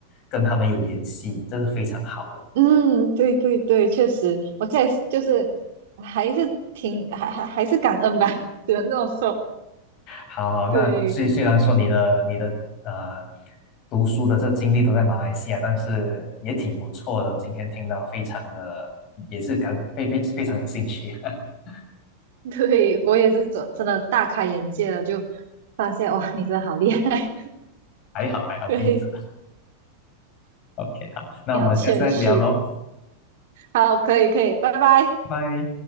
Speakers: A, on the left; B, on the right.
A: 跟他们有联系，这是非常好的。
B: 嗯，对对对，确实，我现在就是还是挺还还还是感恩吧，<laughs> 只能这么说。
A: 好好，那虽虽然说你的你的呃
B: 对
A: 读书的这经历都在马来西亚，但是也挺不错的。今天听到非常的也是感非非非常有兴趣，<laughs>
B: 对，我也是真真的大开眼界了，就发现哇，你真的好厉害，
A: 还好还好彼此。
B: <laughs> 对，
A: OK，好，那我们下次再聊喽，
B: 你好谦虚。好，可以可以，拜拜。
A: 拜。